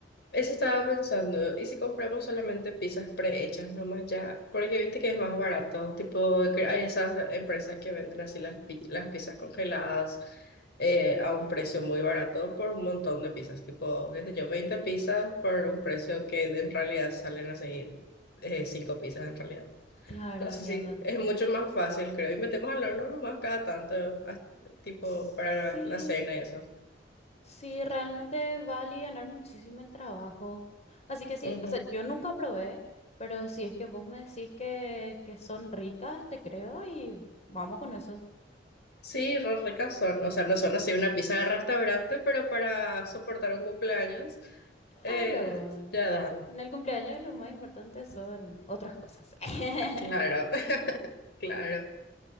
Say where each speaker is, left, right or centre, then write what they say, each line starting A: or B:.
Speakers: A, on the left (about 60°); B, on the left (about 40°).
A: Eso estaba pensando, ¿y si compramos solamente pizzas prehechas nomás ya? Porque viste que es más barato, tipo, que hay esas empresas que venden así las, pi- las pizzas congeladas eh, a un precio muy barato por un montón de pizzas, tipo, qué sé yo, 20 pizzas por un precio que en realidad salen así eh, 5 pizzas en realidad.
B: Claro,
A: No
B: entiendo,
A: sé si
B: entiendo.
A: es mucho más fácil, creo, y metemos al horno nomás cada tanto, as- tipo,
B: S-
A: para
B: Sí,
A: la cena y eso.
B: sí, realmente va a alivianar muchísimo el trabajo. Así que sí,
A: Ujú.
B: o sea, yo nunca probé, pero si es que vos me decís que, que son ricas, te creo y vamos con eso.
A: Sí, re ricas son, o sea, no son así una pizza de restaurante, pero para soportar un cumpleaños,
B: Claro,
A: eh,
B: el-
A: ya dan.
B: en el cumpleaños lo más importante son otras cosas. <laughs>
A: Claro, <laughs> claro.